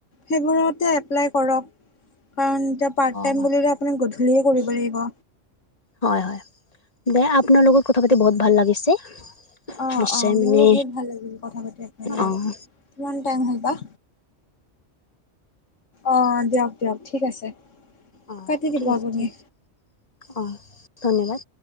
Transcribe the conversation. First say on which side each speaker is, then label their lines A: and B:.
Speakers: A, on the left; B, on the left.
A: সেইবোৰতে এপ্লাই কৰক কাৰণ এতিয়া। পাৰ্ট
B: অঁ
A: টাইম বুলিলে আপোনাৰ গধূলিহে কৰিব লাগিব।
B: হয় হয় দে আপোনাৰ লগত কথা পাতি বহুত ভাল লাগিছে।
A: অ'
B: নিশ্চয়
A: অ'
B: মানে
A: মোৰো বহুত ভাল লাগিল কথা পাতি আপোনাৰ লগত
B: অঁ
A: কিমান টাইম হল বা। অ' দিয়ক দিয়ক ঠিক আছে।
B: অঁ
A: কাটি দিব
B: ঠিক আছে
A: আপুনি
B: অ' ধন্যবাদ।